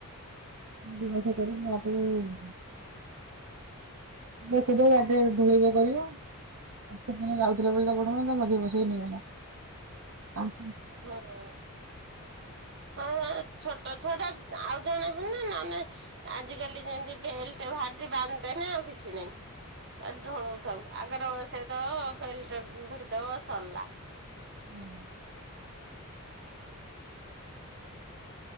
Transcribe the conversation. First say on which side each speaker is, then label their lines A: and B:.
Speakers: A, on the right (about 80°); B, on the right (about 55°).
A: ଦି ମାସେ କରିବ <unintelligible> <unintelligible> ଗାଧେଇ ଗୁଧେଇକି କରିବ ସେଦିନ ଯାଉଥିଲେ ବୋଲି ତା ବଡ଼ ମା ତା ମଝିରେ ବସେଇ ନେଇଗଲା କାନ୍ଦ
B: ହଁ ହଁ। ହଁ ଛୋଟ ଛୁଆଟା ଆଉ ଜଣେ ହେନେ ନହେନେ ଆଜିକାଲି ଯେମତି ବେଲ୍ଟ ବାହାର ହେଟି ବାନ୍ଧଦେନେ ଆଉ କିଛି ନାଇଁ ଏ ଢୋଳୋଉ ଥାଉ। ଆଗରେ ବସେଇଦବ ବେଲ୍ଟ ଭିଡି ଦବ ସରଲା।
A: ହଁ।